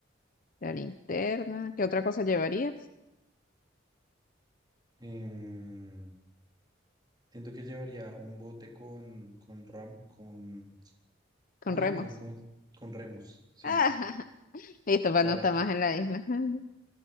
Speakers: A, on the left (about 45°); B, on the right (about 20°).
A: la linterna. ¿Qué otra cosa llevarías?
B: Em, siento que llevaría un bote con, con ram, con,
A: Con
B: ay,
A: remos.
B: con, con,
A: <laughs>
B: con remos, sí,
A: Ah, listo, para
B: para,
A: no estar más en la isla. <laughs>